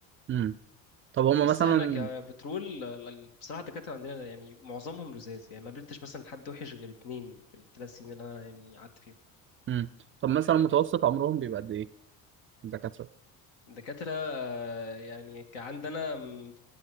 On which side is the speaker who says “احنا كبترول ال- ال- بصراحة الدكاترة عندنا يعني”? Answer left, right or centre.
Left